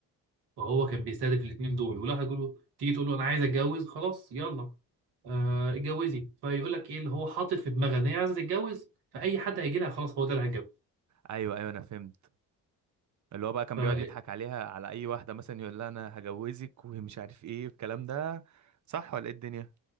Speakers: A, on the right; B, on the right.
A: فهو كان بيستهدف الاثنين دول ولا هيقول له تيجي تقول له انا عايز اتجوز خلاص يلا آه، اتجوزي فيقول لك ايه اللي هو حاطط في دماغه ان هي عايزه تتجوز فاي حد هيجي لها خلاص هو ده اللي
B: ايوه ايوه انا فهمت اللي هو بقى كان
A: هتجوزه
B: بيقعد يضحك عليها على اي واحده مثلا يقول لها انا هجوزك ومش عارف ايه الكلام ده صح ولا ايه الدنيا